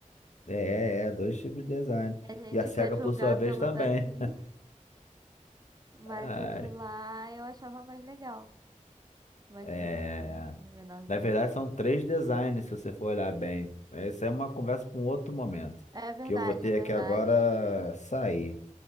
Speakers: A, on the left (about 65°); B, on the right (about 30°).
A: É, é, é, dois tipos de design.
B: A gente
A: E a Sega,
B: quer julgar
A: por sua vez,
B: pelo
A: também.
B: daqui, mas
A: <laughs> Ai,
B: o de lá eu achava mais legal, mais
A: É.
B: bonitinho, assim, menorzinho.
A: Na verdade, são três designs, se você for olhar bem. Essa é uma conversa para um outro momento,
B: É verdade,
A: que eu vou ter
B: é verdade
A: que agora
B: que.
A: sair.